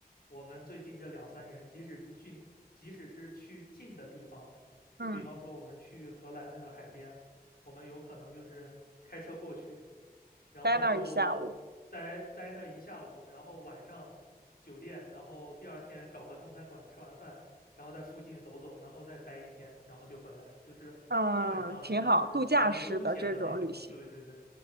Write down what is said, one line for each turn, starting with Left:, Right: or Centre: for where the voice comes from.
Left: 我们最近这两三年，即使是去，即使是去近的地方，就比方说我们去荷兰那个海边，
Right: 嗯，
Left: 我们有可能就是开车过去，然后就待待那一下午，
Right: 待那儿一下午，
Left: 然后晚上酒店，然后第二天找个中餐馆吃完饭，然后在附近走走，然后再待一天，然后就回来，就是基本上就是比较悠闲的那种。
Right: 嗯，挺好，度假式的这种旅行，
Left: 对对对，